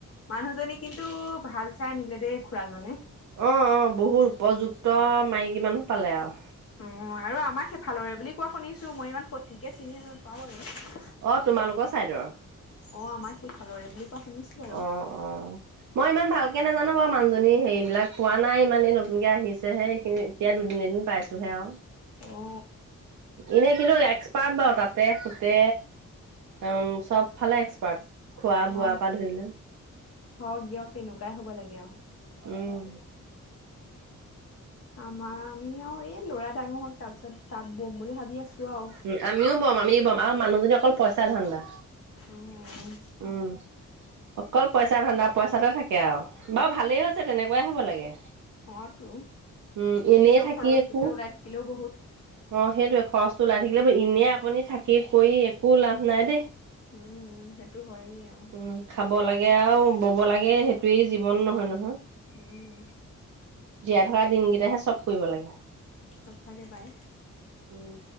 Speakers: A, on the left; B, on the right.
A: মানুহজনী কিন্তু ভাল চাই আনিলে দেই খুৰাজনে
B: অ অ বহুত উপযুক্ত মাইকী মানুহ পালে আৰু
A: উ আৰু আমাক সেইফালৰে বুলি কোৱা শুনিছো মই ইমান সঠিকে চিনি নাপাওঁ আৰু
B: অ তোমালোকৰ ছাইডৰ
A: অ আমাৰ সি খালৰে বুলি কোৱা শুনিছো বাৰু
B: অ অ মই ইমান ভাল কে নাজানো বাৰু মানুহজনী হেৰিবিলাক পোৱা নাই ইমান এই নতুনকে আহিছেহে এখিনি এতিয়া দুদিনে এদিন পাইছোহে আৰু
A: অ অ
B: এনে কিন্তু এক্সপাৰ্ট বাৰু তাতে সুতে উ চব ফালে এক্সপাৰ্ট খোৱা
A: হয়
B: বোৱাৰ পৰা ধৰি লৈ
A: হওক দিয়ক তেনেকুৱাই হ'ব লাগে আৰু
B: উম
A: আমাৰ আমি আৰু এই লৰা ডাঙৰ হওক তাৰ পিছত তাত বম বুলি ভাবি আছো আৰু।
B: উ আমিও বম আমি আৰু মানুহ যদি অকল পইচা ধান্দা
A: অ',
B: উম অকল পইচা ধান্দা না পইচাতে থাকে আৰু বাৰু ভালেই হৈছে তেনেকুৱাই হ'ব লাগে।
A: অ তো
B: উম এনেই
A: নিজৰ
B: থাকি
A: খৰচটোকে
B: একো
A: ওলাই থাকিলেও বহুত
B: অ সেইটোৱে খৰচটো ওলাই থাকিলে এনেই আপুনি থাকি কৰি একো লাভ নাই দেই।
A: উম, সেইটো হয়েই আৰু
B: উম খাব লাগে আৰু ব'ব লাগে সেইটোৱেই জীৱন নহয় নহয়
A: উম
B: জীয়াই থকা দিনকেইটাহে চব কৰিব লাগে
A: সচাকে পাই
B: উম